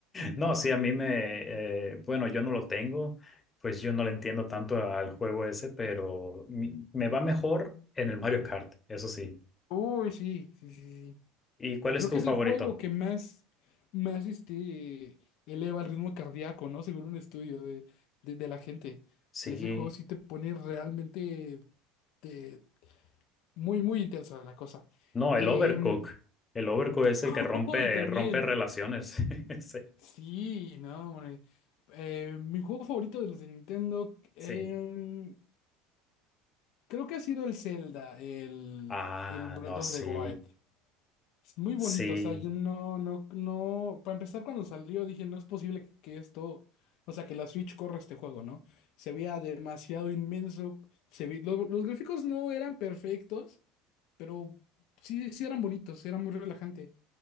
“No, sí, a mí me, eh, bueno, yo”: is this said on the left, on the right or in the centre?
Left